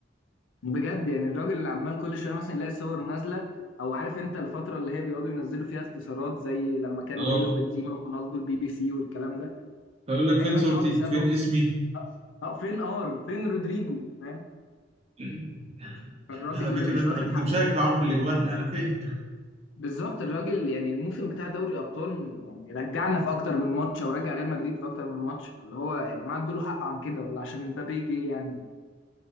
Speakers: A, on the left (about 70°); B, on the right (about 35°).
A: بجد يعني الراجل اللي عمال كل شويه مثلا يلاقي صور نازله او عارف انت الفتره اللي هي بيقعدوا ينزلوا فيها اختصارات زي لما كان
B: اه
A: بيل وبنزيما ورونالدو البي بي سي والكلام ده
B: فيقول لك
A: دايما
B: فين صورتي
A: يقعد يسالهم
B: فين اسمي
A: اه فين ار فين رودريجو فاهم
B: <laughs>
A: فالراجل
B: على فكرة
A: مش
B: انا
A: واخد
B: كنت
A: حقه
B: مشارك معاهم في الاجوان انا فين
A: بالظبط الراجل يعني الموسم بتاع دوري الابطال يعني رجعنا في اكتر من ماتش او رجع ريال مدريد في اكتر من ماتش فاللي هو يا جماعه ادوا له حق عن كده ولا عشان مبابي جه يعني